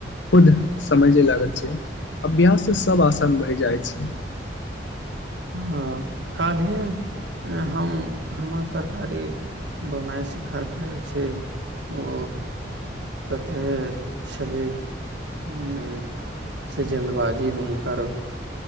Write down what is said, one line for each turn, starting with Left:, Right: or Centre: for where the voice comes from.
Left: खुद समझे लागैत छै अभ्यास से सब आसान भ जाइत छै
Right: हाँ काल्हि हम हमर तरकारी बनाइ सिखाइत रहै छै ओ कतेक छलीह हँ से जल्दबाजी नहि करब